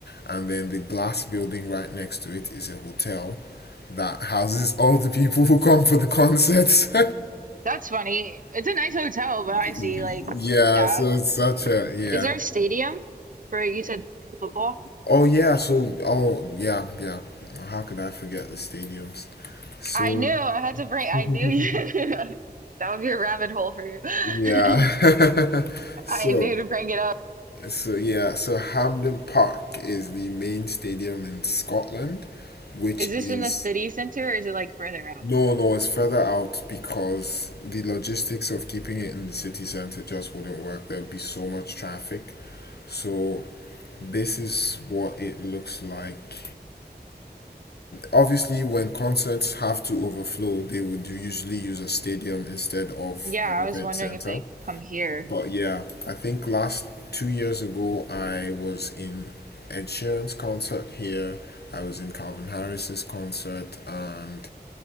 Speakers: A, on the left; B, on the right.
A: And then the glass building right next to it is a hotel that houses <laughs> all the people who come for the concerts.
B: That's funny. It's a nice hotel, but I
A: <laughs>
B: see, like,
A: yeah,
B: yeah.
A: so it's such a yeah.
B: Is there a stadium for, you said football?
A: Oh yeah, so oh yeah, yeah. How could I forget the stadiums? So
B: I knew I had to bring, I
A: <laughs>
B: knew you, <laughs> that would be a rabbit hole for you.
A: Yeah.
B: <laughs>
A: <laughs> So,
B: I knew to bring it up.
A: so yeah, so Hampden Park is the main stadium in Scotland, which
B: Is this
A: is
B: in the city center or is it like further out?
A: no, no, it's further out because the logistics of keeping it in the city center just wouldn't work. There would be so much traffic. So this is what it looks like. Obviously, when concerts have to overflow, they would usually use a stadium instead of
B: Yeah,
A: an
B: I
A: event
B: was wondering
A: center.
B: if they come here.
A: But yeah, I think last two years ago I was in Ed Sheeran's concert here. I was in Calvin Harris's concert, and